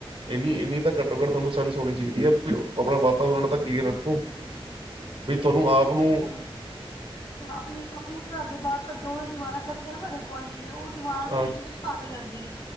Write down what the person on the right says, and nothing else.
ਏਨੀ, ਏਨੀ ਤਾਂ ਘੱਟੋ-ਘੱਟ ਥੋਨੂੰ ਸੈਂਸ ਹੋਣੀ ਚਾਈਦੀ ਐ, ਵੀ ਆਪਣਾ ਵਾਤਾਵਰਨ ਤਾਂ ਕਲੀਅਰ ਰੱਖੋ। ਵੀ ਤੁਹਾਨੂੰ
ਆਪ ਨੂੰ
ਹਾਂ